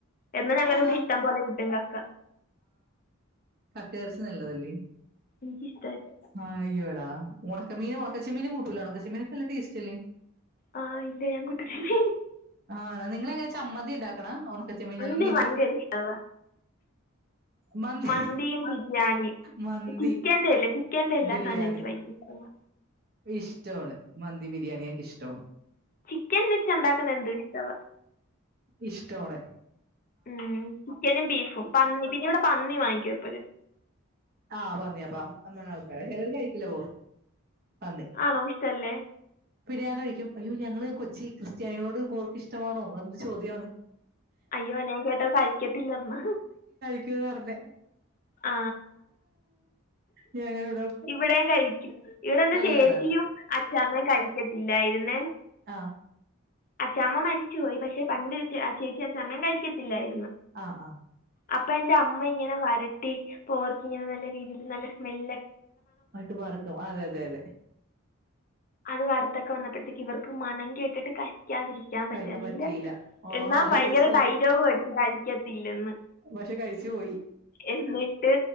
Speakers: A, on the left (about 40°); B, on the right (about 50°).
A: എന്ന് ഞങ്ങട
B: ആണാ
A: ഇവിടെ ഇഷ്ടം പോലെ കിട്ടും കക്ക
B: കക്കറച്ചി നല്ലതല്ലേ.
A: എനിക്കിഷ്ടമല്ല
B: ആ അയ്യോട ഒണക്കമീൻ ഒണക്കച്ചെമ്മീൻ കൂട്ടുല്ല ഒണക്കച്ചെമ്മീൻ നല്ല ടേസ്റ്റി അല്ലെ.
A: ആ ഇല്ല ഞാൻ കൂട്ടത്തില്ല
B: ആണോ നിങ്ങളെങ്ങനെ ചമ്മന്തി ഇണ്ടാക്കണ ഒണക്കച്ചെമ്മീൻ അല്ലെ
A: ത് ഭയങ്കര ഇഷ്ടവാ
B: മന്തി
A: മന്തിയും ബിരിയാണിയും
B: മന്തി
A: ചിക്കന്റെല്ലേ ചിക്കന്റെ എല്ലാ
B: ബിരിയാണി
A: സാനവും എനിക്ക് ഭയങ്കര ഇഷ്ടവാ.
B: ഇഷ്ടമാണ്, മന്തി ബിരിയാണിയൊക്കെ ഇഷ്ടമാണ്.
A: ചിക്കൻ വെച്ച് ഉണ്ടാക്കുന്ന എന്ത്‌ ഇഷ്ടവാ.
B: ഇഷ്ടവാണ്.
A: ഉം ചിക്കനും ബീഫും പന്നി പിന്നെ ഇവടെ പന്നി വാങ്ങിക്കും എപ്പഴും.
B: ആഹ് പന്നിയപ്പം <unintelligible> ചിലര് കഴിക്കില്ല പോർക്ക്. പന്നി
A: ആണോ ഇഷ്ടല്ലേ.
B: <unintelligible> കഴിക്കും അയ്യോ ഞങ്ങള് കൊച്ചിക്ക് ജനങ്ങളോട് പോർക്ക് ഇഷ്ടമാണോ <unintelligible> ചോദ്യമാണ്.
A: അയ്യോ ഞാൻ കേട്ടത് കഴിക്കത്തില്ലന്ന
B: <unintelligible>
A: ആ
B: ഞാനത്
A: ഇവിടെയും കഴിക്കൂ ഇവിടെ എന്റെ
B: നല്ലതാണ്
A: ചേച്ചിയും അച് <unintelligible> കഴിക്കത്തില്ലായിരുന്നെ.
B: ആ
A: അച്ചാമ്മ മരിച്ചുപോയി പക്ഷെ പണ്ട് ചേച്ചിം അച്ചാമ്മയും കഴിക്കത്തില്ലായ്
B: ആ ആ
A: അപ്പൊ എന്റെ അമ്മ ഇങ്ങനെ വരട്ടി പോർക്ക് ഇങ്ങനെ നല്ല രീതിൽ നല്ല സ്മെല്
B: ആയിട്ട് വറ്ക്കും അ അതെ അതെ
A: അത് വർത്തൊക്കെ വന്നപ്പോഴത്തേക്ക് ഇവർക്ക് മണം കേട്ടിട്ട് ക ഴിക്കാതിരിക്കാൻ പറ്റന്നില്ല
B: കഴിക്കാൻ പറ്റിയില്ല ഓ
A: എന്നാ
B: നല്ല
A: ഭയങ്കര
B: ടേസ്റ്റ്
A: ഡയലോഗും അടിച്ച് കഴിക്കത്തില്ലന്ന്
B: പക്ഷെ കഴിച്ചു പോയി
A: എന്നിട്ട്